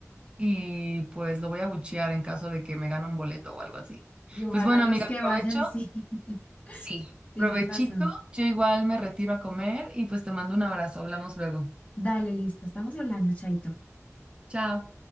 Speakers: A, on the right; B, on the left.
A: y pues lo voy a buchear en caso de que me gane un boleto o algo así.
B: Y ojalá
A: Pues bueno,
B: los
A: amiga,
B: que
A: provecho.
B: vayan, sí, <laughs>
A: Sí,
B: tienes
A: provechito.
B: razón.
A: Yo igual me retiro a comer y pues te mando un abrazo. Hablamos luego.
B: Dale, listo, estamos hablando, Chaito.
A: Chao.